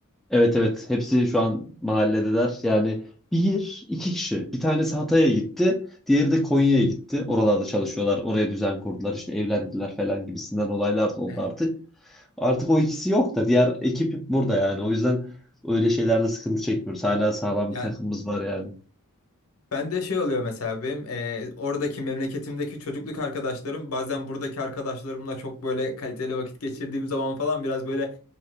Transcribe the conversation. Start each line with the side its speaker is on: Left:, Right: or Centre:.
Centre: Evet evet hepsi şu an mahalledeler. Yani bir iki kişi. Bir tanesi Hatay'a gitti. Diğeri de Konya'ya gitti. Oralarda çalışıyorlar. Oraya düzen kurdular. işte evlendiler falan gibisinden olaylar da oldu
Left: Evet.
Centre: artık. Artık o ikisi yok da diğer ekip burada yani. O yüzden öyle şeylerde sıkıntı çekmiyoruz. Hala sağlam
Left: Yani
Centre: bir takımımız var yani.
Left: Ben de şey oluyor mesela benim e, oradaki memleketimdeki çocukluk arkadaşlarım bazen buradaki arkadaşlarımla çok böyle kaliteli vakit geçirdiğim zaman falan biraz böyle